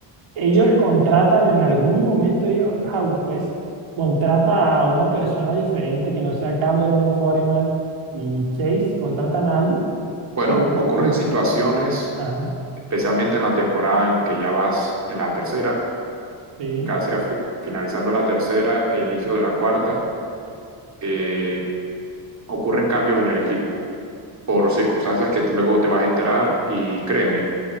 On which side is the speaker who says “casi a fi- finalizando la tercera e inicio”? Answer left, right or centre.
Right